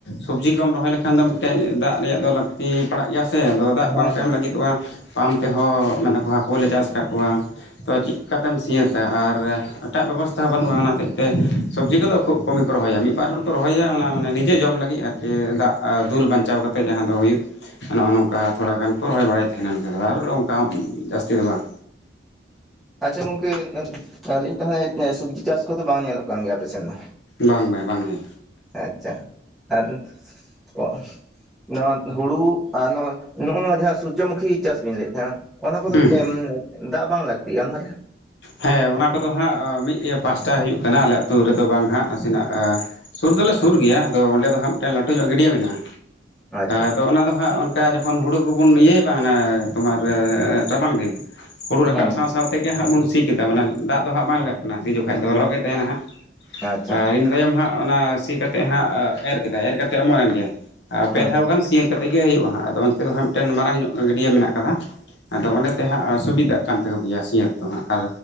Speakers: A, on the left; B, in the centre.
A: ᱥᱚᱵᱽᱡᱤ ᱠᱚᱢ ᱨᱚᱦᱚᱭ ᱞᱮᱠᱷᱟᱱ ᱫᱚ ᱢᱤᱫᱴᱮᱱ ᱫᱟᱜ ᱨᱮᱭᱟᱜ ᱫᱚ ᱞᱟᱹᱠ ᱛᱤ ᱯᱟᱲᱟᱜ ᱜᱮᱭᱟ ᱥᱮ ᱟᱫᱚ ᱫᱟᱜ
B: ᱦᱚᱸ ᱦᱚᱸ
A: ᱵᱟᱝᱠᱚ ᱮᱢ ᱞᱟᱹᱜᱤᱫᱚᱜᱼᱟ ᱯᱟᱢᱯ ᱛᱮᱦᱚᱸ ᱢᱟᱱᱮ ᱠᱚ ᱦᱟᱹᱠᱮ ᱪᱟᱥ ᱟᱠᱟᱫ ᱠᱚᱣᱟ ᱛᱚ ᱪᱮᱫ ᱠᱟᱛᱮᱢ ᱥᱤᱭᱟᱹᱛᱟ? ᱟᱨ ᱮᱴᱟᱜ ᱵᱮᱵᱚᱥᱛᱷᱟ ᱦᱚᱸ ᱵᱟᱹᱱᱩᱜᱼᱟ ᱚᱱᱟ ᱦᱚᱛᱮᱡ ᱛᱮ ᱥᱚᱵᱽᱡᱤ ᱠᱚᱫᱚ ᱠᱷᱩᱵ ᱠᱚᱢ ᱜᱤ ᱠᱚ ᱨᱚᱦᱚᱭᱟ ᱢᱤᱫ ᱵᱟᱨ ᱦᱚᱲ ᱠᱚ ᱨᱚᱦᱚᱭᱟ ᱚᱱᱟ ᱢᱟᱱᱮ ᱱᱤᱡᱮ ᱡᱚᱢ ᱞᱟᱹᱜᱤᱫ ᱟᱨᱠᱤ ᱫᱟᱜ ᱫᱩᱞ ᱵᱟᱧᱪᱟᱣ ᱠᱟᱛᱮ ᱡᱟᱦᱟᱸ ᱫᱚ ᱦᱩᱭᱩᱜ ᱱᱚᱜᱼᱚ ᱱᱚᱝᱠᱟ ᱛᱷᱚᱲᱟ ᱜᱟᱱ ᱠᱚ ᱨᱚᱦᱚᱭ ᱵᱟᱲᱟᱭ ᱛᱟᱦᱮᱱᱟ ᱱᱚᱛᱮ ᱫᱚ ᱟᱨ ᱚᱱᱠᱟ ᱡᱟᱹᱥᱛᱤ ᱫᱚ ᱵᱟᱝ᱾
B: ᱟᱪᱪᱷᱟ ᱜᱚᱝᱠᱮ ᱟᱹᱞᱤᱧ ᱛᱟᱦᱞᱮ ᱥᱚᱵᱡᱤ ᱪᱟᱥ ᱠᱚᱫᱚ ᱵᱟᱝ ᱧᱮᱞᱚᱜ ᱠᱟᱱ ᱜᱮᱭᱟ ᱟᱯᱮ ᱥᱮᱱ ᱫᱚ?
A: ᱵᱟᱝ ᱵᱷᱟᱭ ᱵᱟᱝ ᱵᱷᱟᱭ
B: ᱟᱪᱪᱷᱟ ᱟᱨ ᱚ ᱱᱚᱣᱟ ᱦᱩᱲᱩ ᱟᱨ ᱱᱚᱜᱚᱭ ᱱᱚᱜ‌- ᱱᱟᱱᱚᱣᱟ ᱡᱟᱦᱟᱸ ᱥᱩᱨᱡᱚᱢᱩᱠᱷᱤ ᱪᱟᱥ ᱵᱤᱱ ᱞᱮᱜ ᱛᱟᱦᱮᱸᱜ-ᱟ ᱚᱱᱟ ᱠᱚᱫᱚ
A: ᱦᱮᱸ
B: ᱫᱟᱜ ᱵᱟᱝ ᱞᱟᱹᱠᱛᱤᱜᱼᱟ ᱚᱱᱟᱨᱮ?
A: ᱦᱮᱸ ᱚᱱᱟ ᱠᱚᱫᱚ ᱦᱟᱸᱜ ᱢᱤᱫ ᱯᱟᱥᱴᱟ ᱦᱩᱭᱩᱜ ᱠᱟᱱᱟ ᱟᱞᱮ ᱟᱹᱛᱩ ᱨᱮᱫᱚ ᱵᱟᱝ ᱦᱟᱜ ᱱᱟᱥᱮᱱᱟᱜ. ᱟᱻ ᱥᱩᱨ ᱫᱚᱞᱮ ᱥᱩᱨ ᱜᱮᱭᱟ ᱟᱫᱚ ᱚᱸᱰᱮ ᱫᱚ ᱦᱟᱸᱜ ᱢᱤᱫᱴᱮᱱ ᱞᱟᱹᱴᱩ ᱧᱚᱜ ᱜᱟᱹᱰᱭᱟᱹ ᱢᱮᱱᱟᱜᱼᱟ
B: ᱟᱪᱪᱷᱟ
A: ᱟᱫᱚ ᱚᱱᱟ ᱫᱚ ᱦᱟᱸᱜ ᱠᱟ ᱡᱚᱠᱷᱚᱱ ᱦᱩᱲᱳ ᱠᱳᱵᱳᱱ ᱤᱭᱟᱹᱭ ᱵᱟᱝ ᱚᱱᱟ ᱛᱳᱢᱟᱨ ᱨᱟᱵᱟᱝ ᱫᱤᱱ ᱦᱩᱲᱳ ᱨᱟᱠᱟᱵ
B: ᱦᱮᱸ
A: ᱥᱟᱶ ᱥᱟᱶ ᱛᱮᱜᱮ ᱦᱟᱸᱜ ᱵᱚᱱ ᱥᱤ ᱠᱮᱛᱟᱵᱚᱱᱟ ᱫᱟᱜᱽ ᱫᱚ ᱦᱟᱸᱜ ᱵᱟᱝ ᱞᱟᱜᱟᱜ ᱠᱟᱱᱟ ᱥᱤ ᱡᱚᱠᱷᱟ ᱫᱚ ᱞᱚᱦᱚᱜ ᱜᱮ ᱛᱮᱦᱮᱱᱟ
B: ᱟᱪᱪᱷᱟ
A: ᱦᱟᱸᱜ ᱛᱟᱭᱚᱢ ᱦᱟᱸᱜ ᱚᱱᱟ ᱥᱤ ᱠᱟᱛᱮ ᱦᱟᱸᱜ ᱮᱨ ᱠᱮᱫᱟᱭ ᱮᱨ ᱠᱟᱛᱮ ᱚᱢᱚᱱ-ᱮᱱ ᱜᱮ ᱯᱮ
B: ᱦᱮᱸ
A: ᱫᱷᱟᱣ ᱜᱟᱱ ᱥᱤ ᱠᱟᱛᱮ ᱜᱮ ᱦᱩᱭᱩᱜᱼᱟ ᱦᱟᱜ ᱟᱫᱚ ᱚᱱᱛᱮ ᱫᱚ ᱦᱟᱸᱜ ᱢᱤᱜᱴᱮᱱ ᱢᱟᱨᱟᱝ ᱧᱚᱜ ᱜᱟᱹᱰᱤᱭᱟᱹ ᱢᱮᱱᱟᱜ ᱠᱟᱫᱟ ᱟᱫᱚ ᱚᱸᱰᱮ ᱛᱮ ᱦᱟᱸᱜ ᱥᱩᱵᱤᱫᱟᱜ ᱠᱟᱱ ᱛᱟᱠᱚ ᱜᱮᱭᱟ ᱥᱤᱸᱧᱚᱛ ᱫᱚ ᱦᱟᱸᱜ ᱟᱨ